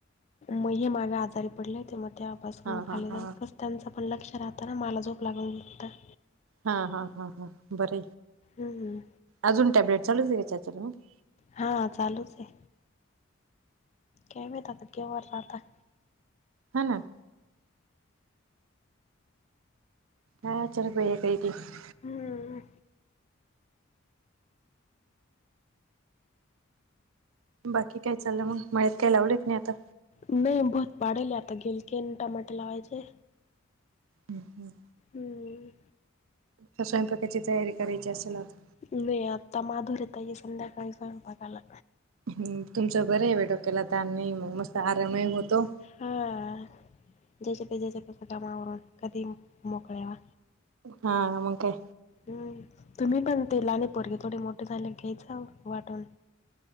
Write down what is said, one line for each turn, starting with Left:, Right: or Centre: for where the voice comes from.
Left: मग हे मागे आजारी पडले ते मग त्यापासून
Right: हा हा
Left: खाली
Right: हा
Left: जात कस त्यांचं पण लक्ष राहतांना मला झोप लागल्यानंतर.
Right: हा हा हा हा बर,
Left: हम्म.
Right: अजून टॅब्लेट चालू जायच्या. <unintelligible>
Left: हा चालूच आहे. काय माहित आता केव <unintelligible>
Right: हा ना. हा चल ब <unintelligible> काय <unintelligible>
Left: हम्म.
Right: बाकी काय चाललं मग मळ्यात काय लावलेत नाही आता.
Left: नाही भुत पाडेल आता गेल के टमाटर लावायचे.
Right: हम् हम.
Left: हम्म.
Right: तर स्वयंपाकाची तयारी करायची असेल आता.
Left: नाही आता माधुरी ताई संध्याकाळी स्वयंपाकाला.
Right: तुमचं बरं आहे बाई डोक्याला तान नाही मग मस्त आरामही होतो.
Left: हां जचपे जचपे सटा मावरून कधी मोकळेवा.
Right: हा हा मग काय?
Left: हम्म तुम्ही पण ते लाणी पोरगे थोडे मोठे झाले घ्यायच वाटून.